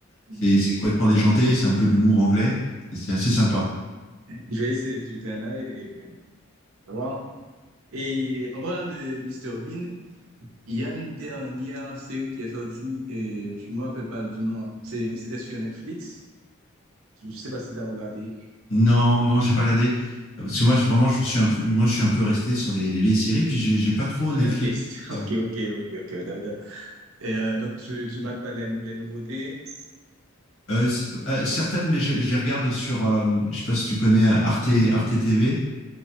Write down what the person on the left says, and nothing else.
C'est c'est complètement
déjanté, c'est un peu de l'humour anglais, et c'est assez sympa.
Non, non, j'ai pas regardé. Euh, Parce que moi, je- vraiment, je suis un peu, moi, je suis un peu resté sur les, les vieilles séries, puis j'ai j'ai pas trop
Netflix.
Pardon.
Euh, c- euh, certaines, mais je, je les regarde sur, euh, je sais pas si tu connais Arte, Arte TV